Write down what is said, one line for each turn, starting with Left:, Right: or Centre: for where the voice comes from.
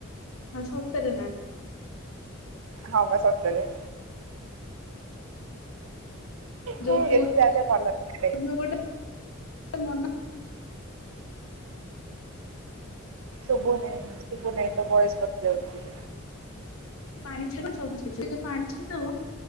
Left: ହଁ ସତରେ ନା।
Right: ହଁ ବା ସତରେ। ହୁଁ
Left: ଯୋଉ କେ
Right: ଯେତେ ଯାହେଲେ ଭଲ
Left: <inaudible>
Right: ଥାଏ।
Left: ଗୋଟେ <inaudible> ମ
Right: ଶୁଭୁ ନାହିଁ ଶୁଭୁନହିଁ ତୋ ଭଏସ କଟି ଯାଉଛି।
Left: ପାଣି ଛେଡ଼ା <inaudible> ସବୁ ଶିଖିବା ପାଣି ଛାଦବ